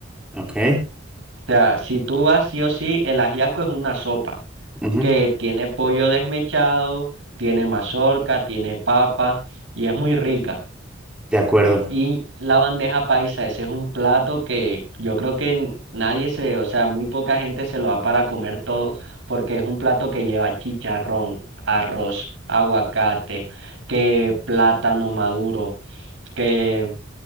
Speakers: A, in the centre; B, on the right.
A: Ok.
B: sea, si tú vas sí o sí, el ajiaco es una sopa.
A: ujú,
B: que tiene pollo desmechado, tiene mazorca, tiene papa y es muy rica.
A: De acuerdo.
B: Y la bandeja paisa, ese es un plato que yo creo que nadie se, o sea, muy poca gente se lo da para comer todo porque es un plato que lleva chicharrón, arroz, aguacate, que plátano maduro, que